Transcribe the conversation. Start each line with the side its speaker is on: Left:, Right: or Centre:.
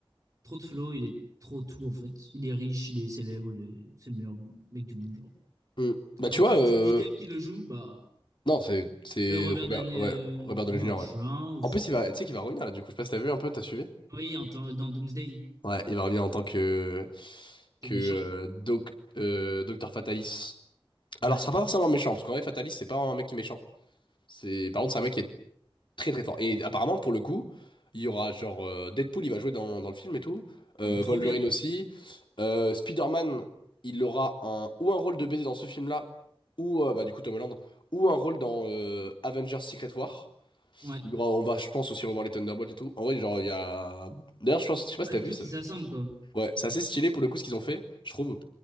Right: Trop de flow, il est trop tout en fait. Il est riche, il est célèbre, il est- c'est le meilleur mec du monde, genre.
Left: Hmm. Bah, tu
Right: En plus,
Left: vois, euh...
Right: Johnny Depp qui le joue, bah.
Left: non, c'est c'est
Right: euh, Robert
Left: Robert,
Right: Downey
Left: ouais,
Right: euh,
Left: Robert
Right: Jr.,
Left: Downey Jr.,
Right: je
Left: ouais.
Right: suis un ouf.
Left: En plus, il va, tu sais qu'il va revenir, là, du coup, je sais pas si t'as vu un peu, t'as suivi?
Right: Oui, en tant- dans Doomsday,
Left: Ouais, il va revenir en tant que. que
Right: le méchant.
Left: euh, doc... euh, Docteur Fatalis. Alors,
Right: Ouais.
Left: ce sera pas forcément méchant, parce qu'en vrai, Fatalis, c'est pas un mec qui est méchant. C'est... Par contre, c'est un mec qui est Très très fort. Et apparemment, pour le coup, il y aura genre euh, Deadpool, il va jouer dans, dans le film et tout. Euh,
Right: Oh, mais trop
Left: Wolverine
Right: bien!
Left: aussi. Euh, Spider-Man, il aura un, ou un rôle de baiser dans ce film-là, ou euh, bah, du coup Tom Holland, ou un rôle dans euh, Avengers Secret War.
Right: Ouais.
Left: Il y aura, on va, je pense, aussi revoir les Thunderbolts et tout. En vrai, genre, il y a. D'ailleurs, je pense, je sais pas si
Right: En
Left: t'as
Right: tout
Left: vu ça.
Right: qui s'assemble, quoi.
Left: Ouais, c'est assez stylé pour le coup ce qu'ils ont fait, je trouve.